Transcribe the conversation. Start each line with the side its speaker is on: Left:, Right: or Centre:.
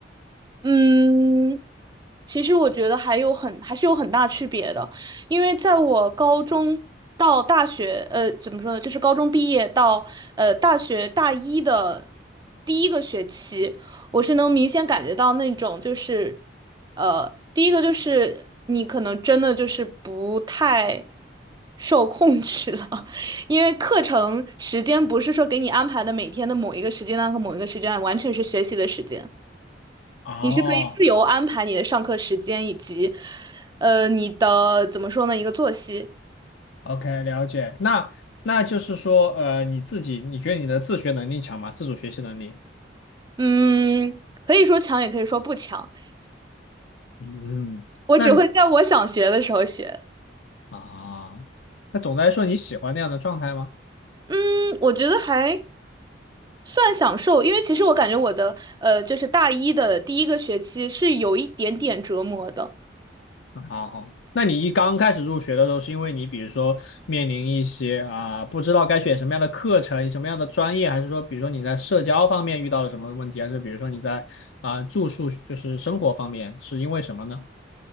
Right: 嗯。其实我觉得还有很还是有很大区别的，因为在我高中到大学，呃，怎么说呢，就是高中毕业到呃大学大一的第一个学期，我是能明显感觉到那种就是，呃，第一个就是你可能真的就是不太受控制了，<laughs> 因为课程时间不是说给你安排的每天的某一个时间段和某一个时间段，完全是学习的时间。
Left: 哦
Right: 你是可以自由安排你的上课时间以及，呃，你的怎么说呢，一个作息。
Left: ，OK，了解。那那就是说，呃，你自己，你觉得你的自学能力强吗？自主学习能力？
Right: 嗯，可以说强，也可以说不强。
Left: 嗯，
Right: 我只会在我想学的时候学。
Left: 那啊，那总的来说，你喜欢那样的状态吗？
Right: 嗯，我觉得还算享受，因为其实我感觉我的呃，就是大一的第一个学期是有一点点折磨的。
Left: 好好，那你一刚开始入学的时候，是因为你比如说面临一些啊、不知道该选什么样的课程、什么样的专业，还是说比如说你在社交方面遇到了什么问题，还是比如说你在啊、住宿就是生活方面是因为什么呢？